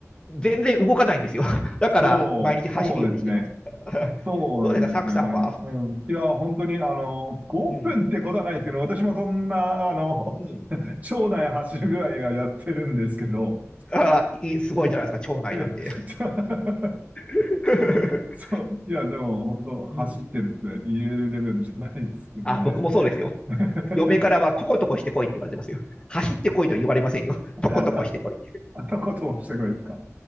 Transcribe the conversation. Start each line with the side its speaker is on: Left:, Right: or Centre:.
Left: 全然動かないんですよ。<laughs> だから、
Right: そう、
Left: 毎日走るようにしてました。
Right: そうですね。
Left: <laughs>
Right: そうなんですよね。
Left: どうですか、サクさんは。
Right: うん。いや、本当に、あの、5分ってことはないですけど、
Left: うん。
Right: 私もそんな、あの、
Left: うん。
Right: 町内走るぐらいはやってるんですけど、
Left: ああいいすごいじゃないですか、町内なんで。
Right: <laughs>
Left: <laughs>
Right: そう、いや、でも、本当走ってるって言えるレベルじゃないですけどね。
Left: うん。あ、僕もそうですよ。
Right: <laughs>
Left: 嫁からは、とことこしてこいって言われてますよ。走ってこいとは言われませんよ。とことこしてこい。
Right: あ、あとことをしてくれですか。